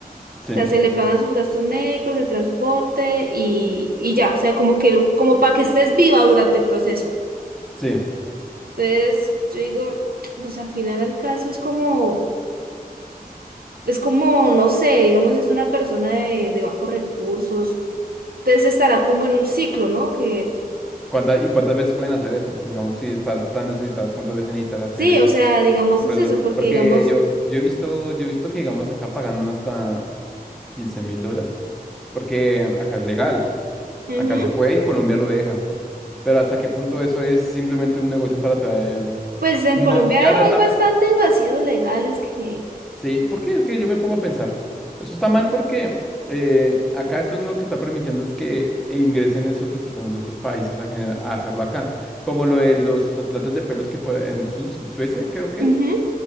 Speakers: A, in the centre; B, on the right.
A: sí,
B: sea, se le pagan sus gastos médicos, de transporte y, y ya, o sea, como que, como para que estés viva durante el proceso.
A: sí.
B: Entonces, yo digo, pues al final del caso es como, es como, no sé, digamos, es una persona de, de bajos recursos, entonces estará como en un ciclo, ¿no? Que
A: cuánta y cuántas veces pueden hacer eso? Digamos, si están tan necesitadas, ¿cuántas veces necesitará hacer
B: sí,
A: eh,
B: o sea, digamos,
A: el
B: es
A: proceso?
B: eso, porque
A: Porque
B: digamos,
A: yo, yo he visto, yo he visto que, digamos, acá pagan hasta quince mil dólares porque acá es legal.
B: ujú,
A: Acá se puede y Colombia lo deja. Pero hasta qué punto eso es simplemente un negocio para traer.
B: pues en
A: No,
B: Colombia
A: ya no
B: hay
A: está.
B: bastantes
A: pe-
B: vacíos legales que,
A: Sí, porque es que yo me pongo a pensar. Eso está mal porque eh, acá esto no lo que está permitiendo es que ingresen es otras personas de otros países a, gener- a hacerlo acá. Como lo de los, las plantas de pelos que puede- en Suci- Suecia, creo que
B: ujú,
A: es,